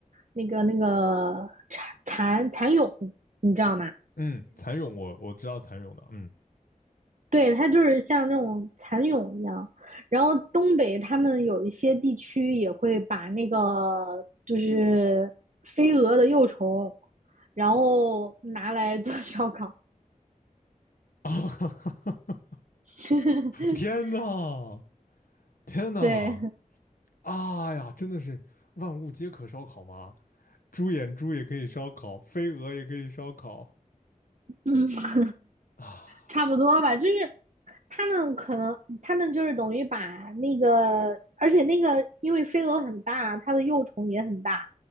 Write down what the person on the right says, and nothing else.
那个、那个蚕蚕蚕蛹，你知道吗？
对，它就是像那种蚕蛹一样。然后东北他们有一些地区也会把那个就是飞蛾的幼虫，然后拿来做烧烤。
<laughs>
对，
嗯。
差不多吧，就是他们可能他们就是等于把那个，而且那个因为飞蛾很大，它的幼虫也很大，